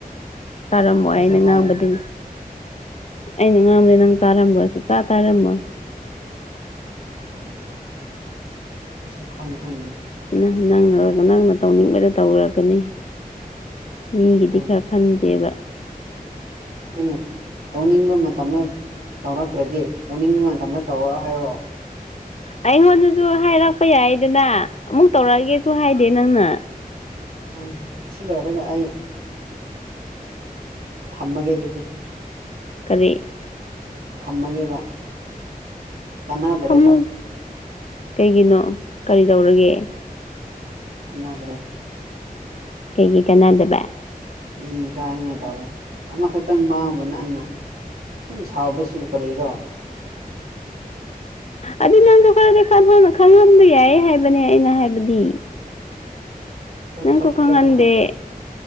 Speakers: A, on the left; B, on the right.
A: ꯇꯥꯔꯝꯃꯣꯏ
B: ꯍꯥꯏꯁꯨ
A: ꯑꯩꯅ
B: ꯍꯥꯏꯔꯛꯇ꯭ꯔꯒ
A: ꯉꯥꯡꯕꯗꯤ ꯑꯩꯅ ꯉꯥꯡꯕꯗꯤ ꯅꯪ ꯇꯥꯔꯝꯂꯣꯏ ꯁꯨꯛꯇꯥ ꯇꯥꯔꯝꯃꯣꯏ
B: ꯎꯝ ꯃꯁꯛ ꯈꯪ ꯈꯪꯗꯦ
A: ꯅꯥ ꯅꯪ ꯅꯪꯅ ꯇꯧꯅꯤꯡꯕꯗ ꯇꯧꯔꯒꯅꯤ ꯃꯤꯒꯤꯗꯤ
B: ꯍꯣꯏ
A: ꯈꯔ ꯈꯟꯗꯦꯕ
B: ꯑꯩꯅ ꯇꯧꯅꯤꯡꯕ ꯃꯇꯝꯗ ꯇꯧꯔꯛꯇ꯭ꯔꯗꯤ ꯇꯧꯅꯤꯡꯗꯕ ꯃꯇꯝꯗ ꯇꯧꯔꯣ ꯍꯥꯏꯔꯣ
A: ꯑꯩꯉꯣꯟꯗꯁꯨ ꯍꯥꯏꯔꯛꯄ ꯌꯥꯏꯗꯅ ꯑꯃꯨꯛ ꯇꯧꯔꯛꯑꯒꯦꯁꯨ ꯍꯥꯏꯗꯦ ꯅꯪꯅ
B: ꯍꯣꯏꯅꯦ ꯍꯣꯏꯅꯦ ꯑꯁꯤ ꯂꯣꯏꯔꯒ ꯑꯩ ꯊꯝꯃꯒꯦ ꯑꯗꯨꯗꯤ
A: ꯀꯔꯤ
B: ꯊꯝꯃꯒꯦꯕ ꯀꯥꯟꯅꯗ꯭ꯔꯦꯕ
A: ꯊꯃꯣ ꯀꯩꯒꯤꯅꯣ ꯀꯔꯤ ꯇꯧꯔꯒꯦ
B: ꯀꯅꯗ꯭ꯔꯦ
A: ꯀꯩꯒꯤ ꯀꯥꯟꯅꯗꯕ
B: ꯏ ꯀꯥꯏꯅꯉꯥꯏ ꯇꯧꯔꯦ ꯑꯃꯈꯛꯇꯪ ꯃꯥꯡꯉꯨꯕ ꯅꯪꯅ ꯁꯨꯝ ꯁꯥꯎꯕꯁꯤꯕꯨ ꯀꯔꯤꯔꯣ
A: ꯑꯗꯨ ꯅꯪꯗꯣ ꯈꯔꯗꯤ ꯈꯪꯍꯟꯕ ꯌꯥꯏ ꯍꯥꯏꯕꯅꯦ ꯑꯩꯅ ꯍꯥꯏꯕꯗꯤ
B: ꯑꯗꯨ
A: ꯅꯪꯁꯨ
B: ꯈꯛꯇꯕꯨ
A: ꯈꯪꯍꯟꯗꯦ